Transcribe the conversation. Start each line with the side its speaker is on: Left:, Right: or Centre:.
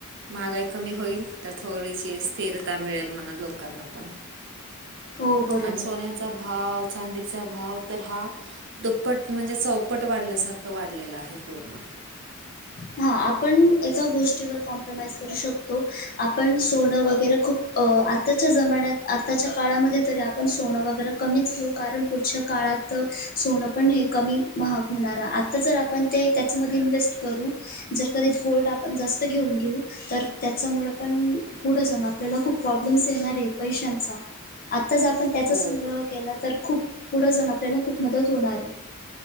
Right: महागाई कमी होईल तर, थोडीशी स्थिरता मिळेल मन लोकांना पण.
Left: हो बरोबर.
Right: अन सोन्याचा भाव चांदीचा भाव तर हा- दुप्पट म्हणजे चौपट वाढल्यासारखं वाढलेलं आहे पूर्ण.
Left: हा, आपण एका गोष्टीवर कॉम्प्रोमाइज करू शकतो- आपण सोनं वगैरे खूप अ.. आत्ताच्या जमान्यात आत्ताच्या काळामध्ये तरी आपण सोनं वगैरे- कमीच घेऊ, कारण पुढच्या काळात सोनं पण हे कमी महाग होणार आता जर आपण- पण ते त्याच्यामध्ये इन्व्हेस्ट करू, जर कधीच गोल्ड आपण जास्त घेऊन घेऊ- तर, त्याचमुळे पण पुढे जाऊन आपल्याला खूप प्रॉब्लेम्स येणार आहे पैशांचा. आत्ताच आपण त्याचा
Right: हो
Left: संग्रह केला तर, खूप पुढं जाऊन आपल्याला खूप मदत होणार आहे.